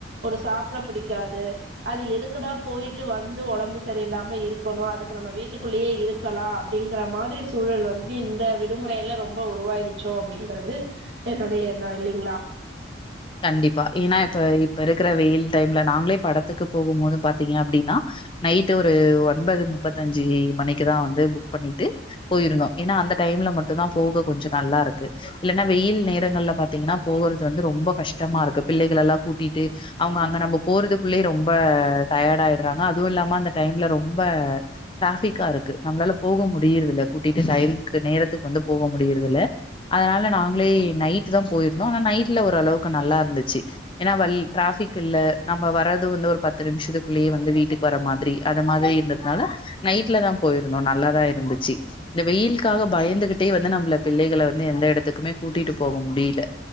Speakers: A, on the right; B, on the left.
A: ஒரு சாப்ட பிடிக்காது அது எதுக்குடா போயிட்டு வந்து ஒடம்பு சரியில்லாம இருக்கணு அதுக்கு நம்ம வீட்டுக்குள்ளயே இருக்கலா அப்டிங்கிற மாதிரி சூழல் வந்து இந்த விடுமுறையில ரொம்ப உருவாய்டுச்சோ அப்டிங்கறது என்னுடைய எண்ணோ இல்லிங்ளா
B: கண்டிப்பா ஏன்னா இப்ப இப்ப இருக்கிற வெயில் டைம்ல நாங்களே படத்துக்கு போகும் போது பாத்தீங்க அப்டின்னா நைட்டு ஒரு ஒன்பது முப்பத்தஞ்சு மணிக்குதா வந்து புக் பண்ணிட்டு போயிருந்தோ ஏன்னா அந்த டைம்ல மட்டும்தா போக கொஞ்ச நல்லா இருக்கு இல்லன்னா வெயில் நேரங்கள்ல பாத்தீங்கன்னா போகறது வந்து ரொம்போ கஷ்டமா இருக்கு பிள்ளைகளெல்லா கூட்டிட்டு அவங்க அங்க நம்ம போறதுக்குள்ளயே ரொம்ப டயேடு ஆயிடுறாங்க அதுவு இல்லாம அந்த டைம்ல ரொம்ப டிராஃபிக்கா இருக்கு நம்மளால போக முடியறதில்ல கூட்டிட்டு டைம்க்கு நேரத்துக்கு வந்து போக முடியறதில்ல அதனால நாங்களே நைட்டுதா போயிருந்தோ ஆனா நைட்ல ஓரளவு க்கு நல்லா இருந்துச்சு ஏன்னா வல் டிராஃபிக் இல்ல நம்ம வர்றது வந்து ஒரு பத்து நிமிஷத்துக்குள்ளேயே வந்து வீட்டுக்கு வர மாதிரி அத மாதிரி இருந்ததுனால நைட்லதா போயிருந்தோ நல்லாதா இருந்துச்சு இந்த வெயிலுக்காக பயந்துக்கிட்டே வந்து நம்மள பிள்ளைகள வந்து எந்த இடத்துக்குமே கூட்டிட்டு போக முடியல